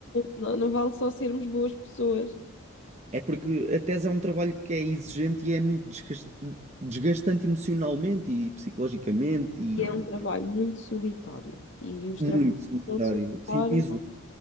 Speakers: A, on the left (about 65°); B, on the right (about 35°).
A: Não, não vale só sermos boas pessoas.
B: É porque a tese é um trabalho que é exigente e é muito desgas- desgastante emocionalmente e psicologicamente e
A: E é um trabalho muito solitário. E os
B: muito
A: trabalhos
B: solitário.
A: são solitários.
B: Sinto-me isolado